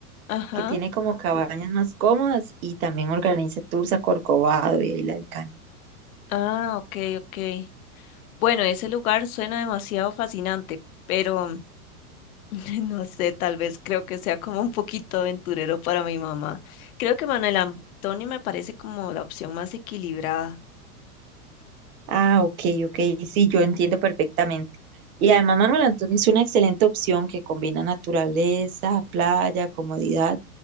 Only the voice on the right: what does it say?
que tiene como cabañas más cómodas y también organiza tours a Corcovado y a Isla del Caño.
Ah, ok, ok, sí, yo entiendo perfectamente. Y además Manuel Antonio es una excelente opción que combina naturaleza, playa, comodidad.